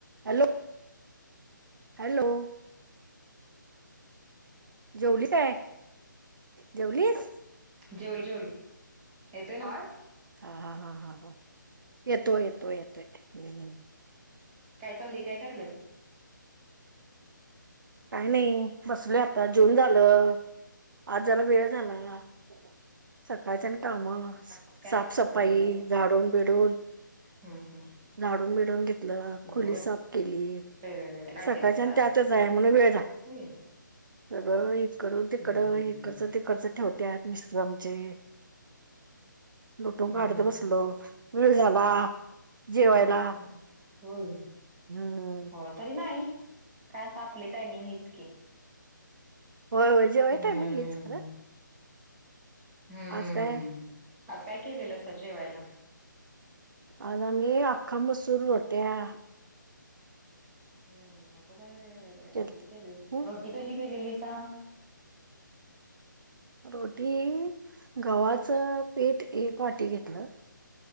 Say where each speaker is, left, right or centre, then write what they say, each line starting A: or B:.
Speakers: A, on the right (about 75°); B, on the right (about 20°).
A: Hello. Hello. जेवली काय? जेवलीस
B: जेवले. जेवले. येतोय ना आवाज?
A: हा, हा, हा, हा, हा. येतो येतोय येतोय हम.
B: काय चाललंय? काय करायला?
A: काय नाही बसलोय आता जेवून झालं. आज जरा वेळ झाला. सकाळचं कामं
B: आज काय
A: साफ सफाई
B: बनवलेलं
A: झाडून बिडून.
B: हम्म, हम्म.
A: झाडून बिडून घेतलं.
B: गं
A: खोली
B: बाई,
A: साफ केली.
B: बाई, बाई, बाई. काढलेलं
A: सकाळच्यान
B: साज
A: आणि त्यातच आहे. म्हणून वेळ झाला
B: होय
A: सगळं इकड
B: हम्म,
A: तिकड.
B: हम्म,
A: इकडचं
B: हम्म.
A: तिकडचं ठेवत्यात मिस्टर आमचे. लुटून काढत
B: हम्म.
A: बसलो. वेळ झाला जेवायला.
B: होय. का? होय.
A: हम.
B: होय तरी नाही. काय आपली टायमिंग हीच की.
A: होय होय जेवायचं
B: हम्म.
A: टायमिंग हेच खरं
B: हम्म.
A: आज काय?
B: आज काय केललसा अस जेवायला.
A: आज आम्ही अख्ख्या मसूर
B: हम्म.
A: रोट्या..
B: हम्म! अगं बाई, बाई, बाई
A: केलत्या
B: रोटी केली.
A: हम्म
B: रोटी कशी केलेली सां.
A: रोटी गव्हाच पीठ एक वाटी घेतलं.